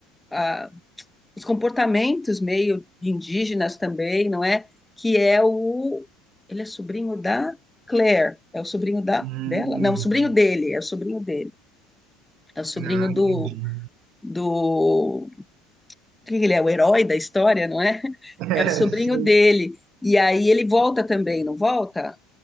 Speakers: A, in the centre; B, on the right.
A: a- os comportamentos meio indígenas também, não é? Que é o. Ele é sobrinho da Claire, é o sobrinho da
B: Hum,
A: dela? Não, o sobrinho dele, é o sobrinho dele. É o sobrinho
B: não,
A: do.
B: entendi.
A: do que ele é? O herói da história, não é? <laughs>
B: <laughs> É,
A: É o sobrinho
B: sim.
A: dele. E aí ele volta também, não volta?